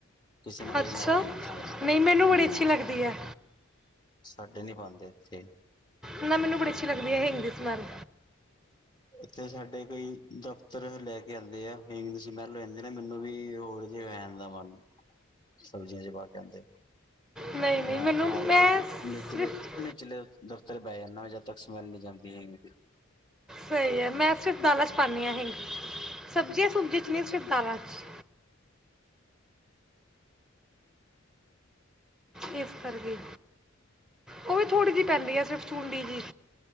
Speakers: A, on the left (about 20°); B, in the centre.
A: ਕਿਸੇ ਨੂੰ ਵਧੀਆ
B: ਅੱਛਾ
A: ਨੀਂ ਲੱਗਦੀ ਹੁੰਦੀ ਸਮੈੱਲ,
B: ਨਹੀਂ ਮੈਨੂੰ ਬੜੀ
A: ਹੂੰ।
B: ਅੱਛੀ ਲੱਗਦੀ ਹੈ
A: ਸਾਡੇ ਨੀ ਪਾਂਦੇ, ਇੱਥੇ।
B: ਨਾਂ ਮੈਨੂੰ ਬੜੀ ਅੱਛੀ ਲੱਗਦੀ ਐ ਹਿੰਗ ਦੀ ਸਮੈਲ।
A: ਇੱਥੇ ਸਾਡੇ ਕਈ, ਦਫ਼ਤਰ ਲੈ ਕੇ ਆਉਂਦੇ ਆ ਹਿੰਗ ਸਮੈਲ ਲੈਂਦੇ ਨੇਂ ਮੈਨੂੰ ਵੀ ਹੋਰ <unintelligible> ਮਨ, ਸਬਜ਼ੀਆਂ ਚ' ਪਾ ਕੇ ਆਂਦੇ।
B: ਨਹੀਂ ਨਹੀਂ
A: ਮੈਂ
B: ਮੈਨੂੰ
A: ਥੋੜੀ ਦੇਰ
B: ਮੈਂ
A: ਫੇਰ,
B: ਸਿਰਫ
A: ਨਿਚਲੇ, ਨਿਚਲੇ ਦਫ਼ਤਰ ਬਹਿ ਜਾਨਾ ਜਦ ਤੱਕ ਸਮੈਲ ਨੀਂ ਜਾਂਦੀ ਹੈਗੀ।
B: ਸਹੀ ਐ ਮੈਂ ਸਿਰਫ ਦਾਲਾਂ ਚ' ਪਾਨੀ ਆਂ ਹਿੰਗ, ਸਬਜ਼ੀਆਂ-ਸੁਬਜ਼ੀਆਂ ਚ ਨਹੀਂ ਸਿਰਫ ਦਾਲਾਂ ਚ'। ਏਸ ਕਰਕੇ। ਉਹ ਵੀ ਥੋੜ੍ਹੀ ਜਿਹੀ ਪੈਂਦੀ ਆਂ ਸਿਰਫ ਚੂੰਢੀ ਜਿਹੀ,